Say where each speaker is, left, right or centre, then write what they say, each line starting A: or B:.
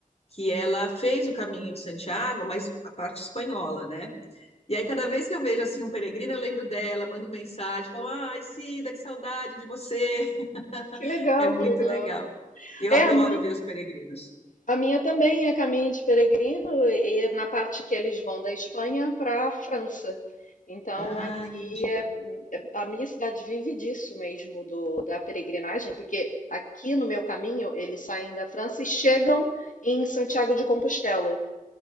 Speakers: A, on the left; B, on the left.
A: que ela fez o Caminho de Santiago, mas a parte espanhola, né? E aí, cada vez que eu vejo assim um peregrino, eu lembro dela, mando mensagem, falo, ai, Cida, que saudade de você. <laughs>
B: Que legal,
A: É muito
B: que legal.
A: legal. Eu
B: É
A: adoro
B: a minha.
A: ver os peregrinos.
B: A minha também é caminho de peregrino e na parte que eles vão da Espanha para a França. Então
A: Ah,
B: aqui
A: entendi.
B: é, é- a minha cidade vive disso mesmo do, da peregrinagem, porque aqui no meu caminho eles saem da França e chegam em Santiago de Compostela